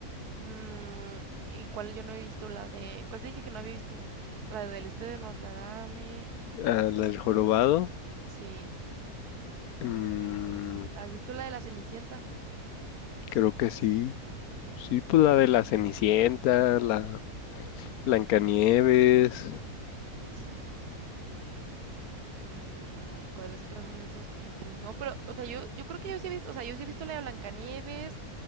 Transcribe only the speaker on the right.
Mm, ¿y cuál yo no he visto? La de, ¿cuál te dije que no había visto? La del este de Notre Dame,
sí.
¿Has visto la de la Cenicienta?
Mm, sí. Mm, ¿cuáles otras son de esos tiempos? No, pero, o sea, yo, yo creo que yo sí he visto, o sea, yo sí he visto la de Blancanieves,